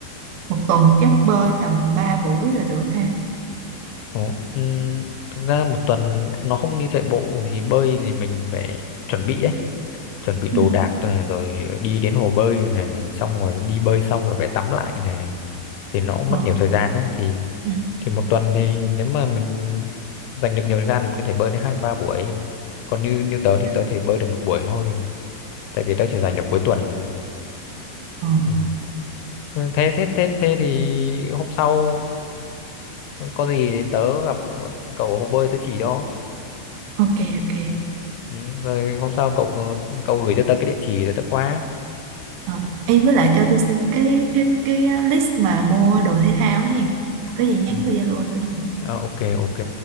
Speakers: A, on the right; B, on the left.
A: Một tuần chắc bơi tầm 3 buổi là được ha.
B: Ừ, ừm, thực ra một tuần nó không như chạy bộ thì bơi thì mình phải chuẩn bị ấy chuẩn bị đồ
A: Ừ,
B: đạc này rồi đi đến hồ bơi này xong rồi đi bơi xong rồi phải tắm lại này thì nó cũng
A: ờ,
B: mất nhiều thời gian đấy thì
A: ừ,
B: thì một tuần thì nếu mà mình dành được nhiều thời gian mình có thể bơi đến hai ba buổi còn như như tớ thì
A: ờ,
B: tớ chỉ bơi được một buổi thôi tại vì tớ chỉ dành được cuối tuần thôi.
A: ờ,
B: ừ. Ừ, thế thế thế thế thì hôm sau có gì thì tớ gặp cậu cậu ở hồ bơi tớ chỉ cho
A: ok, ok.
B: ừ. rồi hôm sau cậu cậu gửi cho tớ cái địa chỉ rồi tớ qua
A: Ờ, ê, với lại cho tôi xin cái cái cái list mà mua đồ thể thao ấy. hen. Có gì nhắn
B: ừ.
A: qua Zalo tôi. hen.
B: Ờ, ok ok